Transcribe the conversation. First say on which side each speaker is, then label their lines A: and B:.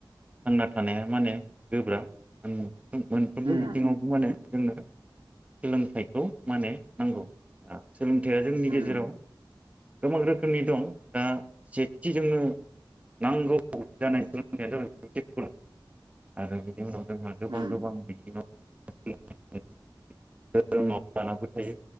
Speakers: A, on the right (about 15°); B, on the right (about 75°).
A: थांना थानाया माने गोब्राब आं मोनफ्रोमबो
B: उम
A: बिथिङावबो माने जोंनो सोलोंथाइखौ माने नांगौ ओ सोलोंथाइया जोंनि
B: उम
A: गेजेराव गोबां रोखोमनि दं दा सेथिजोंनो नांगौ जानाय सोलोंनाया जाबाय <unintelligible> आरो उनाव जोंहा गोबां
B: उम
A: गोबां बिथिङाव <unintelligible> धोरोमाव लानांगौ थायो